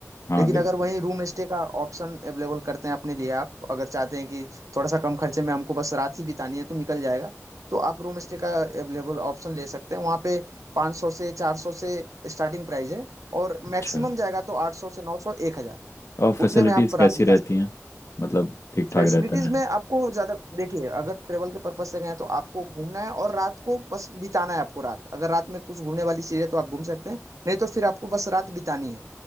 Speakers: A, on the left (about 60°); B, on the right (about 80°).
A: हाँ
B: लेकिन
A: बिल्कुल
B: अगर वहीं रूम स्टे का ऑप्शन अवेलेबल करते हैं अपने लिए आप अगर चाहते हैं कि थोड़ा सा कम खर्चे में हमको बस रात ही बितानी है तो निकल जाएगा तो आप रूम स्टे का अवेलेबल ऑप्शन ले सकते हैं वहाँ पे 500 से 400 से स्टार्टिंग प्राइस है और
A: अच्छा
B: मैक्सिमम जाएगा तो 800 से 900 1000
A: और फैसिलिटीज़
B: उतने में आप
A: कैसी
B: रात बिता
A: रहती
B: सकते
A: हैं
B: हैं
A: मतलब ठीक ठाक
B: फैसिलिटीज
A: रहता है
B: में आपको ज्यादा देखिए अगर ट्रेवल के पर्पज से गए हैं तो आपको घूमना है और रात को बस बिताना है आपको रात अगर रात में कुछ घूमने वाली चीज है तो आप घूम सकते हैं नहीं तो फिर आपको बस रात बितानी है